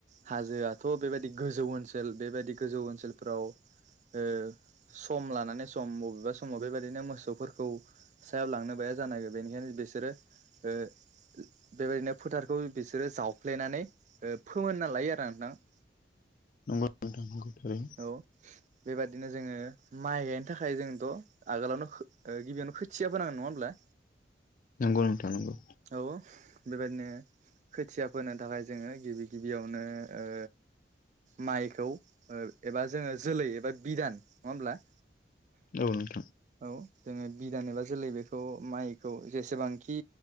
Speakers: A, on the right; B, on the left.
A: हाजोआथ' बेबायदि गोजौ ओनसोल बेबायदि गोजौ ओनसोलफोराव ओ सम लानानै सम मबेबा समाव बेबादिनो मोसौफोरखौ सायाव लांनोबो हाया जानाय बेनिखायनो बिसोरो ओ बेबायदिनो फोथारखौ बिसोरो जावफ्लेनानै ओ फोमोनना लायो आरो नोंथां। <inaudible>
B: नंगौ नोंथां नंगौ थारैनो।
A: औ बेबादिनो जोङो माइ गायनो थाखाय जोंथ' आगोलावनो खो ओ गिबियावनो खोथिया फोनांगोन नङा होमब्ला?
B: नंगौ नोंथां नंगौ
A: औ बेबायदिनो खोथिया फोनो थाखाय जोङो गिबि गिबियावनो ओ माइखौ ओ एबा जोङो जोलै एबा बिदान नङा होमब्ला?
B: औ नोंथां।
A: औ जोङो बिदान एबा जोलै बेखौ माइखौ जेसेबां खि